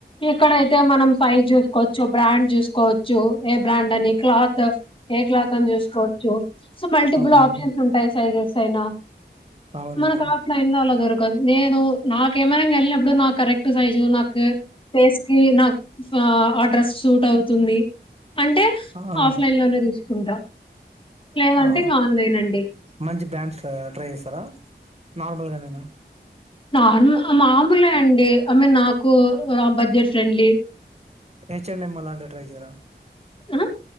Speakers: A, on the left; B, on the right.
A: ఎక్కడైతే మనము సైజ్ చూసుకోవచ్చు బ్రాండ్ చూస్ కోవచ్చు ఏ బ్రాండ్ అని క్లాత్ ఏ క్లాత్ అని చూసుకోవచ్చు సో మల్టిపుల్
B: అవును
A: ఆప్షన్స్ ఉంటాయి సైజెస్ అయినా
B: అవును
A: మనకు ఆఫ్లైన్ లో అలా దొరకదు నేను నాకేమనంగా వెళ్లినప్ ఇప్పుడు నా కరెక్ట్ సైజు నాకు ఫేస్ కి నా ఫా ఆ డ్రెస్ సూట్ అవుతుంది అంటే
B: ఆ
A: ఆఫ్లైన్ లోనే తీసుకుంటా లేదంటే
B: ఆ
A: ఇంగా ఆన్లైన్ అండి
B: మంచి బ్రాండ్స్ ట్రై ఏస్ తారా నార్మల్గా నేనా
A: నార్ ముహ మామూలే అండి ఐ మీన్ నాకు రాబట్ డియర్ ఫ్రెండ్లీ
B: ఏ చెల్ నేను మల్ల అట్ల ట్రై జైరా
A: ఆహ